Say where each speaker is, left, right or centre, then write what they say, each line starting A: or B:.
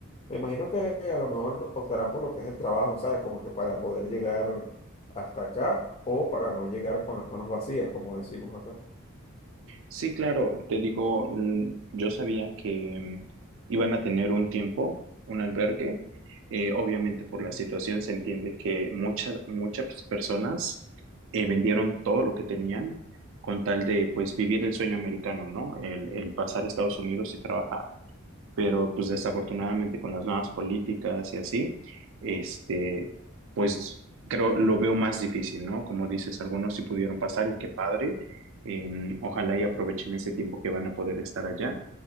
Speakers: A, on the left; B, on the right.
A: Me imagino que a lo mejor optarán por lo que es el trabajo, ¿sabes? Como que para poder llegar hasta acá o para no llegar con las manos vacías, como decimos acá.
B: Sí, claro, te digo, mm, yo sabía que mm, iban a tener un tiempo, un albergue. Eh, obviamente por la situación se entiende que muchas, muchas personas eh, vendieron todo lo que tenían con tal de pues vivir el sueño americano, ¿no? El, el pasar a Estados Unidos y trabajar. pero pues desafortunadamente con las nuevas políticas y así, este, pues creo lo veo más difícil, ¿no? Como dices, algunos sí pudieron pasar y qué padre. em, ojalá y aprovechen ese tiempo que van a poder estar allá,